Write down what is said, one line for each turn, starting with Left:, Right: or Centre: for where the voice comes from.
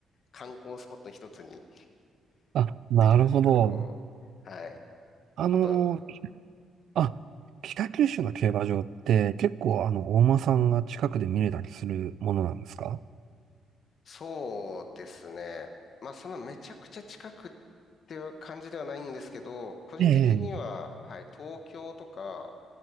Left: 観光スポットの一つに
Right: あ、なるほど。
Left: ついてくるんですけど、はい。
Right: あの、
Left: あと、
Right: あ、北九州の競馬場って結構あの、お馬さんが近くで見れたりするものなんですか
Left: そうですね。まあ、そんなめちゃくちゃ近くっていう感じではないんですけど、個人的には、
Right: ええ。
Left: はい、東京とか